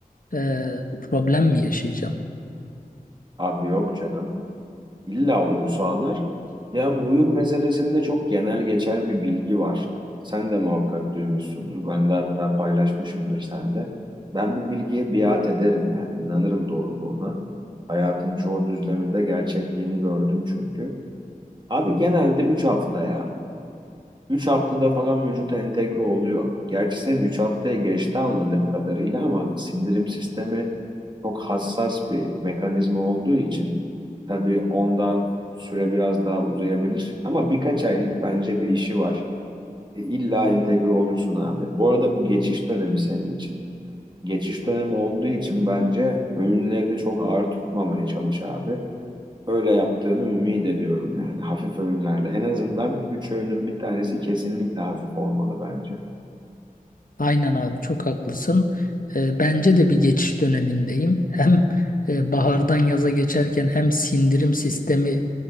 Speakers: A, on the left; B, on the right.
A: e, problem mi yaşayacağım?
B: Abi yok canım. İlla uyum sağlar. Ya bu uyum meselesinde çok genel geçer bir bilgi var. Sen de muhakkak duymuşsundur. Ben de hatta paylaşmışımdır sen de. Ben bu bilgiye biat ederim yani inanırım doğruluğuna. Hayatın çoğu düzleminde gerçekliğini gördüm çünkü. Abi genelde 3 hafta ya. 3 haftada falan vücuta entegre oluyor. Gerçi senin 3 haftaya geçti anladığım kadarıyla ama sindirim sistemi çok hassas bir mekanizma olduğu için tabii onda süre biraz daha uzayabilir. Ama birkaç aylık bence bir işi var. E, illa entegre olursun abi. Bu arada bu geçiş dönemi senin için. Geçiş dönemi olduğu için bence öğünlerini çok ağır tutmamaya çalış abi öyle yaptığımı ümit ediyorum yani hafif öğünlerle. En azından 3 öğünün bir tanesi kesinlikle hafif olmalı bence.
A: Aynen abi çok haklısın. Ee, bence de bir geçiş dönemindeyim. Hem e, bahardan yaza geçerken hem sindirim sistemi